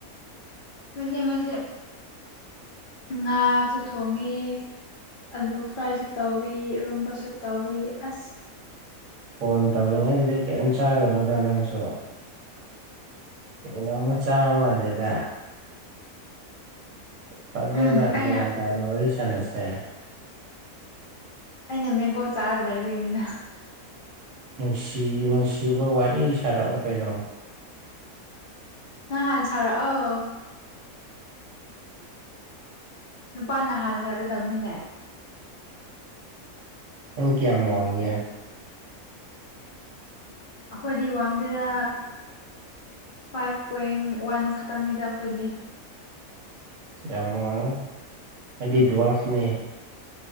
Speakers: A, on the left; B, on the right.
A: ꯑꯩꯁ ꯉꯁꯤ ꯉꯥꯁꯨ ꯊꯣꯡꯉꯤ ꯑꯂꯨ ꯐ꯭ꯔꯥꯏꯁꯨ ꯇꯧꯋꯤ ꯔꯨꯝꯕꯁꯨ ꯇꯧꯏ ꯑꯁ
B: ꯐꯣꯟ ꯇꯧꯔꯤꯉꯩꯗꯨꯗꯤ ꯀꯔꯤꯝ ꯆꯥꯒꯅꯣꯗ ꯅꯪꯁꯨ ꯑꯅꯃ ꯆꯥꯕ ꯃ ꯂꯩꯗ ꯐꯖꯅ
A: ꯎꯝ ꯑꯩꯅ
B: ꯒ꯭ꯌꯥꯟ ꯇꯥꯅ ꯋꯥꯔꯤ ꯁꯥꯟꯅꯁꯦ
A: ꯑꯩꯅ ꯃꯦꯡꯒꯣ ꯆꯥꯔ ꯂꯩꯕꯅꯤꯅ
B: ꯅꯨꯡꯁꯤ ꯅꯨꯡꯁꯤꯕ ꯋꯥꯔꯤ ꯁꯥꯔꯛꯑꯣ ꯀꯩꯅꯣ
A: ꯅꯪ ꯍꯥꯟꯅ ꯁꯥꯔꯛꯑꯣ ꯅꯨꯄꯥꯅꯍꯥꯟ ꯁꯥꯔꯛꯀꯗꯕꯅꯤꯅꯦ
B: ꯅꯪ ꯀꯌꯥꯃꯣ ꯋꯥꯡꯦ
A: ꯑꯩꯈꯣꯏꯗꯤ ꯋꯥꯡꯗꯨꯗ ꯐꯥꯏꯚ ꯄꯣꯏꯟ ꯋꯥꯟ ꯈꯛꯇꯪꯅꯤꯗ ꯑꯩꯈꯣꯏꯗꯤ
B: ꯌꯥꯝ ꯋꯥꯉꯦ ꯑꯩꯗꯤ ꯋꯥꯁꯅꯦ